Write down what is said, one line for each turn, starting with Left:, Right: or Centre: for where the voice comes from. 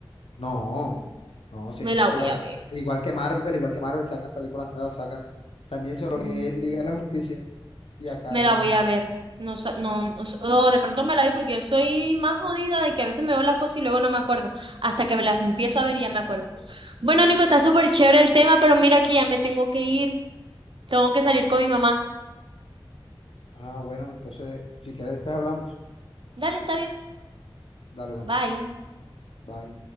Left: No, no, sí,
Right: Me
Left: hay
Right: la
Left: películas
Right: voy a
Left: igual que Marvel, igual que Marvel, sacan películas nuevas, sacan también sobre
Right: ver.
Left: lo que es Liga de la Justicia y acá
Right: me
Left: es
Right: la voy
Left: Marvel.
Right: a ver. No, sa- no, o s- o de pronto me la vi porque yo soy más jodida de que a veces me veo las cosas y luego no me acuerdo. Hasta que me las empiezo a ver y ya me acuerdo. Bueno, Nico, está súper chévere el tema, pero mira que ya me tengo que ir. Tengo que salir con mi mamá.
Left: Ah, bueno, entonces, si quieres después hablamos.
Right: Dale, está bien.
Left: Dale, bueno,
Right: Bye.
Left: bye.